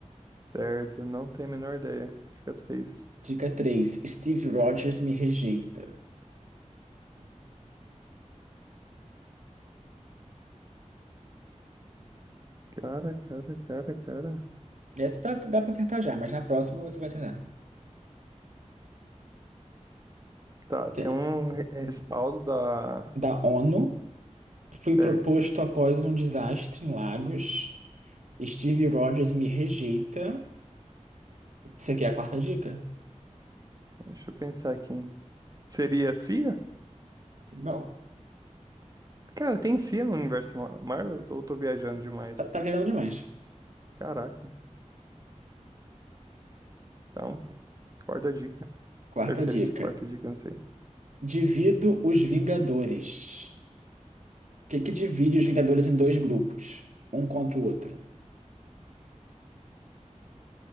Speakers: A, on the right; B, on the right.
A: certo, eu não tenho a menor ideia. Fica três.
B: Dica 3: Steve Rogers me rejeita.
A: Cara, cara, cara, cara.
B: Essa dá, dá pra acertar já, mas na próxima você vai acertar.
A: Tá,
B: Te-
A: tem um re- respaldo da.
B: Da ONU, fui
A: Certo.
B: proposto após um desastre em Lagos. Steve Rogers me rejeita. Isso aqui é a quarta dica?
A: Deixa eu pensar aqui. hein? Seria a CIA?
B: Não.
A: Cara, tem si no universo Ma- Marvel? Ou tô viajando demais?
B: Tá, tá virando demais.
A: Caraca. Então, pô, quarta dica.
B: Quarta
A: Terceira
B: dica.
A: dica, quarta dica, não sei.
B: Divido os Vingadores. O que que divide os Vingadores em dois grupos? Um contra o outro.